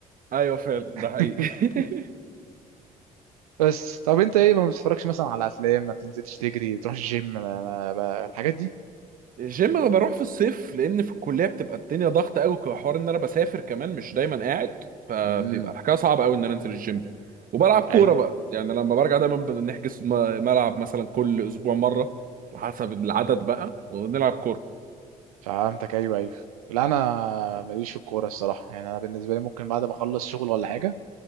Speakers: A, on the right; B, on the right.
A: ايوه فعلا
B: <laughs>
A: ده حقيقي <laughs>
B: بس طب انت ايه ما بتتفرجش مثلا على افلام ما بتنزلش تجري ما بتروحش الجيم ما ما ما الحاجات دي
A: الجيم انا بروح في الصيف لان في الكليه بتبقى الدنيا ضغط قوي كحوار ان انا بسافر كمان مش دايما قاعد فبيبقى
B: امم
A: الحكايه صعبه قوي ان انا انزل الجيم وبلعب كوره
B: ايوه
A: بقى يعني لما برجع دايما بنحجز م- ملعب مثلا كل اسبوع مره حسب العدد بقى ونلعب كوره
B: فهمتك ايوه ايوه لا انا ماليش في الكوره الصراحه يعني انا بالنسبه لي ممكن بعد ما اخلص شغل ولا حاجه